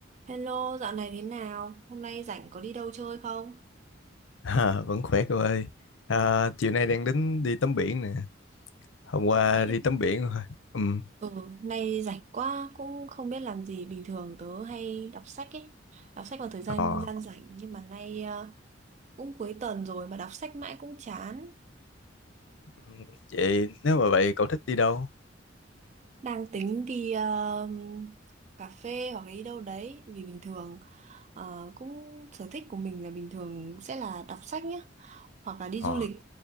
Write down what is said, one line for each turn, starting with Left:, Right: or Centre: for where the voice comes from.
Right: Hello, dạo này thế nào? Hôm nay rảnh có đi đâu chơi không?
Left: À, vẫn khỏe cô ơi. À, chiều nay đang tính đi tắm biển nè. Hôm qua
Right: Thế là thích.
Left: đi tắm biển rồi. Ừm,
Right: Ừ, hôm nay rảnh quá, cũng không biết làm gì. Bình thường tớ hay đọc sách ấy. Đọc sách vào thời gian
Left: Ờ.
Right: gian rảnh. Nhưng mà nay ờ, cũng cuối tuần rồi mà đọc sách mãi cũng chán.
Left: Ừm, Vậy nếu mà vậy cậu thích đi đâu?
Right: Đang tính đi ờ, cà phê hoặc là đi đâu đấy. Vì bình thường ờ, cũng sở thích của mình là bình thường sẽ là đọc sách nhá. hoặc là đi
Left: Ờ.
Right: du lịch